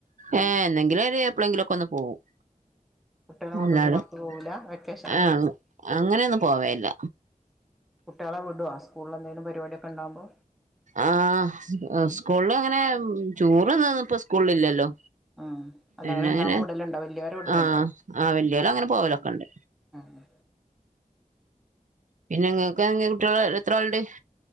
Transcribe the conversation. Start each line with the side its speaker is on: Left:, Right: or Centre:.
Centre: ഉം
Right: ഏഹ എന്നെങ്കിലും ഒര് എപ്പോളെങ്കിലും ഒക്കെ ഒന്ന് പോവും
Centre: കുട്ടികളെ കൊണ്ടൊന്നും
Right: അല്ലാതെ
Centre: പുറത്ത്
Right: ഏഹ്,
Centre: പോകൂല്ല വെക്കേഷൻ
Right: അങ്ങ അങ്ങനെയൊന്നും പോവലില്ല
Centre: കുട്ടിയേളെ വിടോ സ്കൂളിൽ എന്തെലും പരിപാടിയൊക്കെ ണ്ടാവുമ്പോ.
Right: ആഹ സ് സ്കൂളിലുങ്ങനെ <unintelligible> സ്കൂളില്ലല്ലോ
Centre: ആഹ് അല്ല
Right: പിന്നെങ്ങനെ
Centre: അങ്ങനെ ഉണ്ടാവുമ്പോ വിടലുണ്ടോ വല്യോരെ വിടലുണ്ടോ
Right: ആഹ ആ വല്യോലങ്ങനെ പോവലൊക്കണ്ട്.
Centre: ആഹ്
Right: പിന്നെങ്ങക്കെങ്ങനെ കുട്ടിയേള് എത്ര ആളുണ്ട്?